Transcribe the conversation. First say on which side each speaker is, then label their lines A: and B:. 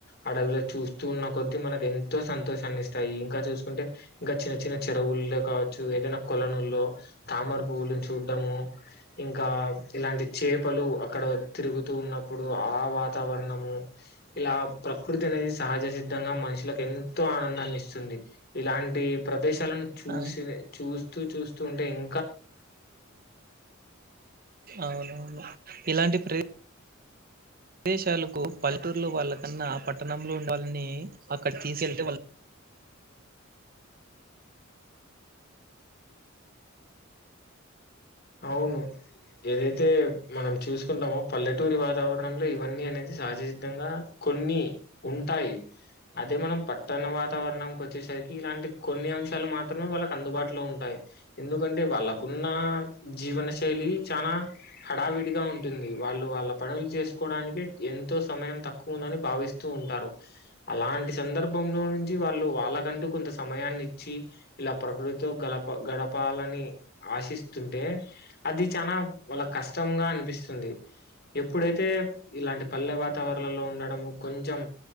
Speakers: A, on the left (about 50°); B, on the right (about 45°).
A: అడవిలో చూస్తూ ఉన్న కొద్ది మనకి ఎంతో సంతోషాన్ని ఇస్ స్తాయి ఇంకా చూసుకుంటే ఇంకా చిన్న చిన్న చెరువుల్లో కావచ్చు ఏదైనా కొలనుల్లో తామర పువ్వులు చూడ్డము ఇంకా ఇలాంటి చేపలు అక్కడ తిరుగుతూ ఉన్నప్పుడు ఆ వాతావరణము ఇలా ప్రకృతి అనేది సహజ సిద్ధంగా మనుషులకు ఎంతో ఆనందాన్ని ఇస్తుంది ఇలాంటి ప్రదేశాలను చూసి
B: ఆ!
A: చూస్తూ చూస్తూ ఉంటే ఇం
B: అవునవును ఇలాంటి ప్ర విదేశాలకు పల్లెటూరులో వాళ్ళకన్నా పట్టణంలో ఉండే వాళ్లని అక్కడికి తీసుకెళ్తే వాళ్
A: అవును ఏదైతే మనం చూసుకుంటామో పల్లెటూరి వాతావరణంలో ఇవన్నీ అనేది సహజసిద్ధంగా కొన్ని ఉంటాయి అదే మనం పట్టణ వాతావరణంనికి వచ్చేసరికి ఇలాంటి కొన్ని అంశాలు మాత్రమే వాళ్ళకి అందుబాటులో ఉంటాయి ఎందుకంటే వాళ్ళకున్న జీవన శైలి చాలా హడావిడిగా ఉంటుంది వాళ్ళు వాళ్ళ పనులు చేసుకోవడానినికిే ఎ ఎంతో సమయం తక్కువ ఉందని భావిస్తూ ఉంటారు అలాంటి సందర్భంలో నుంచి వాళ్ళు వాళ్ళకంటే కొంత సమయాన్ని ఇచ్చి ఇలా ప్రకృతితో గడప గడపాలని ఆశిస్తుంటే అది చాల వాళ్ళ కష్టంగా అనిపిస్తుంది ఎప్పుడైతే ఇలాంటి పల్లె వాతావరణంలో ఉండడము కొంచెం